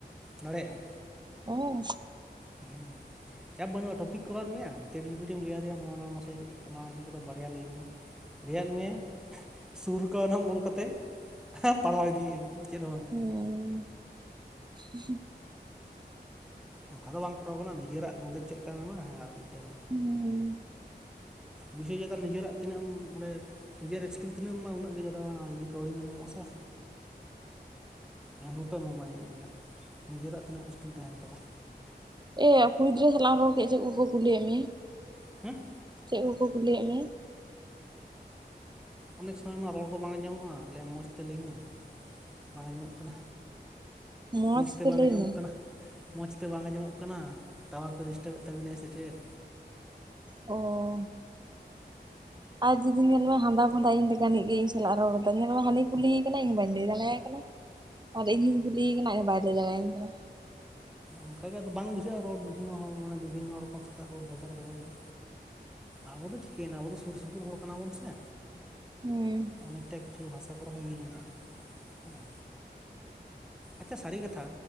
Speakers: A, in the centre; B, on the right.
A: ᱫᱟᱲᱮᱭᱟᱜ ᱟᱢ
B: ᱟᱢ <inaudible> ᱩᱸ
A: ᱦᱩᱸ ᱪᱟᱯ ᱵᱟᱹᱱᱩᱜᱼᱟ ᱴᱚᱯᱤᱠ ᱠᱚ ᱮᱢᱟᱫ ᱢᱮᱭᱟ ᱪᱮᱰ ᱡᱤᱯᱤᱴᱤ ᱞᱟᱹᱭ ᱟᱫᱮᱭᱟ ᱱᱚᱣᱟ ᱱᱚᱣᱟ ᱢᱟᱥᱮ ᱪᱮᱫ ᱱᱚᱣᱟ ᱤᱫᱤ ᱠᱟᱛᱮᱫ ᱵᱟᱨᱭᱟ ᱞᱟᱹᱭᱟᱹᱧ ᱢᱮ, ᱞᱟᱹᱭᱟᱫ ᱢᱮᱭᱟ, ᱥᱩᱨᱠᱟᱣ ᱱᱟᱢ ᱚᱞ ᱠᱟᱛᱮ ᱛᱮ ᱟᱨ ᱯᱟᱲᱦᱟᱣ ᱤᱫᱤᱭᱮᱫ ᱟᱢ ᱟᱨ ᱪᱮᱫ ᱦᱚᱸ ᱵᱟᱝ-ᱟ᱾
B: ᱦᱩᱸ <inaudible>
A: ᱚᱱᱠᱟ ᱫᱚ ᱵᱟᱝ ᱠᱚᱨᱟᱣ ᱠᱟᱱᱟ ᱱᱤᱡᱮᱨᱟᱜ ᱱᱚᱞᱮᱡᱽ ᱪᱮᱫ ᱞᱮᱠᱟᱢ ᱮᱢᱟ ᱦᱮᱸ ᱟᱨ ᱢᱤᱫᱴᱮᱱ,
B: ᱦᱩᱸ
A: ᱵᱩᱡᱷᱟᱹᱣ ᱪᱮᱛᱟᱱ ᱱᱤᱡᱮᱨᱟᱜ ᱛᱤᱱᱟᱹᱜ ᱮᱢ ᱚᱸᱰᱮ ᱱᱤᱡᱮᱨ ᱥᱠᱤᱞ ᱛᱤᱱᱟᱹᱜ ᱮᱢᱟ ᱩᱱᱟᱹᱜ ᱜᱮ ᱡᱟᱫᱟ ᱤᱭᱟ. ᱠᱟᱹᱣᱰᱤ ᱢᱟ ᱧᱟᱢᱚᱜ ᱟᱥᱮ᱾ ᱮᱢ ᱦᱚᱸᱠᱚ ᱮᱢᱟᱢᱟ ᱤᱱᱟᱹᱜ ᱜᱮ ᱱᱤᱡᱮᱨᱟᱜ ᱛᱤᱱᱟᱹᱜ ᱥᱠᱤᱞ ᱛᱟᱦᱮᱸᱱ ᱛᱟᱢᱟ,
B: ᱮ ᱠᱩᱲᱤ ᱜᱤᱫᱽᱨᱟᱹ ᱥᱟᱞᱟᱜ ᱨᱚᱲ ᱠᱮᱜ-ᱟ, ᱪᱮᱫ ᱠᱚ ᱠᱚ ᱠᱩᱞᱤᱭᱮᱫ ᱢᱮᱭᱟ?
A: ᱦᱩᱸ᱾
B: ᱪᱮᱜ ᱠᱚᱠᱚ ᱠᱩᱞᱤᱭᱮᱜ ᱢᱮᱭᱟ?
A: ᱚᱱᱮᱠ ᱥᱚᱢᱚᱭ ᱢᱟ ᱨᱚᱲ ᱠᱚ ᱵᱟᱝ ᱟᱸᱡᱚᱢᱚᱜᱼᱟ, ᱟᱞᱮ ᱢᱚᱥ ᱛᱮ ᱞᱟᱹᱭ ᱢᱮ᱾ ᱵᱟᱝ ᱟᱸᱡᱚᱢᱚᱜ ᱠᱟᱱᱟ,
B: ᱢᱚᱸᱡᱽ
A: ᱢᱚᱥ ᱛᱮ ᱵᱟᱝ
B: ᱞᱟᱹᱭ
A: ᱟᱸᱡᱚᱢᱚᱜ
B: ᱢᱮ
A: ᱠᱟᱱᱟ᱾ ᱢᱚᱪᱷ ᱛᱮ ᱵᱟᱝ ᱟᱸᱡᱚᱢᱚᱜ ᱠᱟᱱᱟ, ᱴᱟᱣᱟᱨ ᱠᱚ ᱰᱤᱥᱴᱟᱵᱮᱜ ᱛᱟᱹᱵᱤᱱᱟᱭ ᱥᱮ ᱪᱮᱫ?
B: ᱚᱻ᱾ ᱟᱨ ᱡᱩᱫᱤ ᱧᱮᱞᱢᱮ ᱦᱟᱸᱫᱟ ᱵᱷᱚᱸᱫᱟ ᱤᱧ ᱞᱮᱠᱟᱱᱤᱡ ᱜᱮ, ᱤᱧ ᱥᱟᱞᱟᱜ ᱮ ᱨᱚᱲᱫᱟ ᱧᱮᱞ ᱢᱮ ᱦᱟᱱᱤ ᱠᱩᱞᱤᱭᱮ ᱠᱟᱱᱟ ᱤᱧ ᱵᱟᱹᱧ ᱞᱟᱹᱭ ᱫᱟᱲᱮᱭᱟᱭ ᱠᱟᱱᱟ᱾ ᱟᱨ ᱤᱧ ᱦᱚᱧ ᱠᱩᱞᱤᱭᱮ ᱠᱟᱱᱟ ᱚ ᱵᱟᱭ ᱞᱟᱹᱭ ᱫᱟᱲᱮᱭᱟᱹᱧ ᱠᱟᱱᱟ᱾
A: ᱚᱝᱠᱟᱜᱮ ᱟᱫᱚ ᱵᱟᱝ ᱵᱩᱡᱷᱟᱹᱜᱼᱟ ᱨᱚᱲ, ᱵᱤᱵᱷᱤᱱᱱᱚ ᱦᱚ ᱢᱟᱱᱮ ᱵᱤᱵᱷᱤᱱᱱᱚ ᱨᱚᱠᱚᱢ ᱥᱮᱛᱟᱜ ᱨᱚᱲ ᱵᱷᱮᱜᱟᱨ ᱵᱷᱮᱜᱟᱨ ᱜᱮ᱾ ᱟᱵᱚ ᱫᱚ ᱪᱤᱠᱟᱹᱭ ᱱᱟ, ᱟᱵᱚ ᱫᱚ ᱥᱩᱨᱼᱥᱩᱯᱩᱨ ᱦᱚᱲ ᱠᱟᱱᱟ ᱵᱚᱱ ᱥᱮ᱾
B: ᱦᱩᱸ᱾
A: ᱚᱱᱮᱠᱴᱟ ᱠᱤᱪᱷᱩ ᱵᱷᱟᱥᱟ ᱠᱚᱨᱮ ᱦᱚᱸ ᱢᱤᱞ ᱢᱮᱱᱟᱜᱼᱟ ᱦᱮᱸ ᱟᱪᱷᱟ ᱥᱟᱹᱲᱤ ᱠᱟᱛᱷᱟ